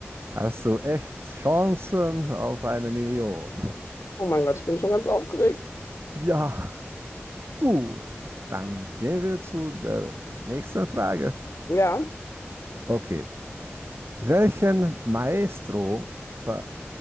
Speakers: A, on the right; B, on the left.
A: hast du echt Chancen auf eine Million.
B: Oh mein Gott, ich bin schon ganz aufgeregt.
A: Ja, gut. Dann gehen wir zu der nächsten Frage.
B: Ja,
A: Okay. Welchen Maestro ver